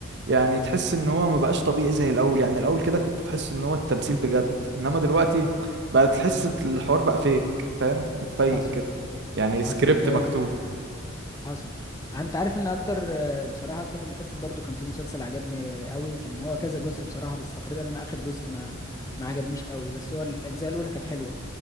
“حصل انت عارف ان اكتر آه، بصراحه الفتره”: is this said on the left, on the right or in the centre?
Left